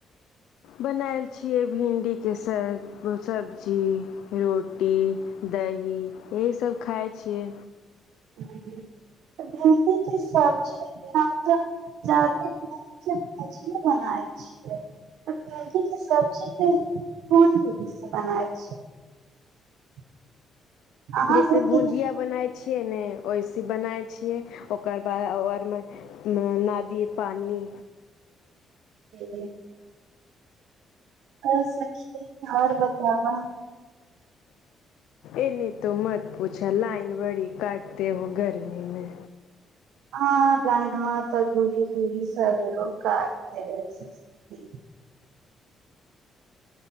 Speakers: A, on the left; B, on the right.
A: बनायल छियै भिंडीकेँ स सब्जी रोटी दही यहीसभ खाइ छियै
B: भिंडी के सब्जी हम तऽ जादे भिंडी के मछी बनाय छियै त भिंडी के सब्जीे कोन दूरीसँ बनाइ छियै <unintelligible> अहाँ
A: जैसे
B: भिंडी
A: भुजिया
B: के
A: बनाय छियै ने ओइसे बनाय छियै ओकर बाद आरमे नादियै पानि
B: ठीक <inaudible> आओर सखी आओर बताब
A: एने तऽ मत पूछा लाइन बड़ी काटते हो गर्मीमे
B: हँ लाइनमा तऽ दूरी धूरी सगरो कटियै छै <unintelligible>